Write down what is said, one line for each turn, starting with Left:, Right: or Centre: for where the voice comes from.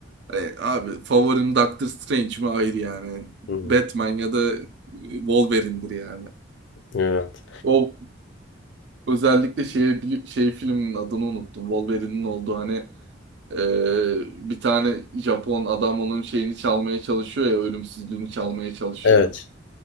Right: hani abi favorim Doctor Strange mi? Hayır yani.
Left: Hı,
Right: Batman ya da e, Wolverine'dir yani.
Left: Evet.
Right: O özellikle şey, bir- şey filminin adını unuttum. Wolverine'in olduğu hani e, bir tane Japon adam onun şeyini çalmaya çalışıyor ya ölümsüzlüğünü çalmaya çalışıyor.
Left: Evet.